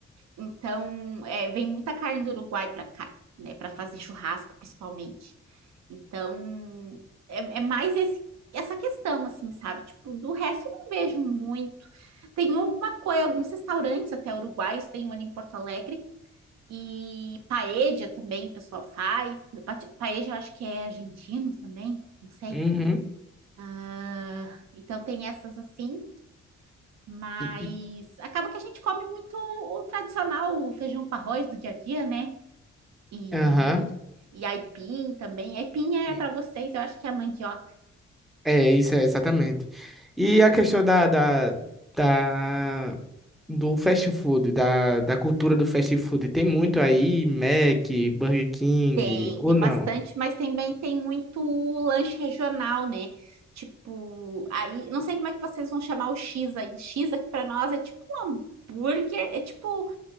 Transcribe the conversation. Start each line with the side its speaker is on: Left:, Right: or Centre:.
Right: Então, é, vem muita carne do Uruguai para cá, né? Para fazer churrasco, principalmente. Então, é, é mais esse essa questão, assim, sabe? Tipo, do resto eu não vejo muito. Tem alguma coisa, alguns restaurantes até uruguaios, tem um ali em Porto Alegre, E paella também o pessoal faz. Pati- Paella eu acho que é argentino também, não sei.
Centre: Uhum.
Right: Ah, então tem essas assim, mas
Centre: E- e-
Right: acaba que a gente come muito o tradicional, o feijão com arroz do dia a dia, né? E,
Centre: Aham.
Right: e aipim também. Aipim é
Centre: E-
Right: para vocês, eu acho que é a mandioca
Centre: É, isso é exatamente. E a questão da, da, da, do fast food, da, da cultura do fast food, tem muito aí, Mac, Burger King,
Right: Tem,
Centre: ou
Right: tem
Centre: não?
Right: bastante, mas também tem muito lanche regional, né? Tipo, aí, não sei como é que vocês vão chamar o X aí. X aqui pra nós é tipo um hambúrguer, é tipo